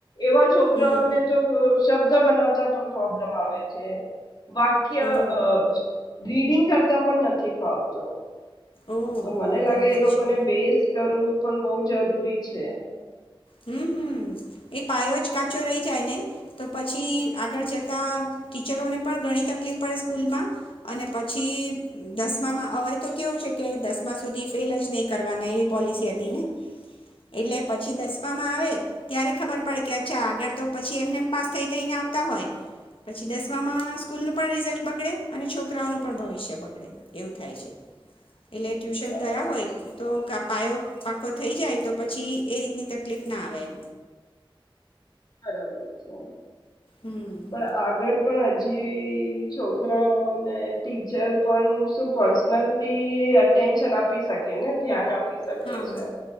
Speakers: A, on the left; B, on the left.
A: એવા છોકરાઓને
B: હમ
A: તો શબ્દ બનાવતા પણ પ્રોબ્લેમ આવે છે. વાક્ય
B: ઓ
A: અહ રીડિંગ કરતા પણ નથી ફાવતું
B: ઓ
A: તો મને લાગે
B: બરાબર
A: એ લોકોને
B: છે
A: બેસ કરવું પણ બહુ જરૂરી છે.
B: હમ્મ, હમ્મ, એ પાયો જ કાચો રહી જાય ને તો પછી આગળ ના ટીચરોને પણ ઘણી તકલીફ પડે સ્કૂલમાં અને પછી દસમામાં હવે તો કેવું છે કે દસમા સુધી ફેલ જ નહી કરવાના એવી પોલિસી હતી ને, એટલે પછી દસ માં આવે ત્યારે ખબર પડે કે અચ્છા આગળ તો પછી એમને એ પાસ થઈ થઈને આવતા હોય પછી દસમામાં સ્કૂલ ન પણ રિઝલ્ટ બગડે અને છોકરાઓનું પણ ભવિષ્ય બગડે એવું થાય છે. એટલે ટ્યુશન
A: બરાબર
B: ગયા હોય
A: છે
B: તો પાયો પાકો થઈ જાય તો પછી એ રીતની ત કલીફ ના આવે એમ.
A: બરાબર છે.
B: હમ
A: પણ આગળ પણ હ જે છોકરાઓને ટીચર પણ શું પર્સનલી એટેન્શન આપી શકે ને ધ્યાન આપ પી
B: હા હા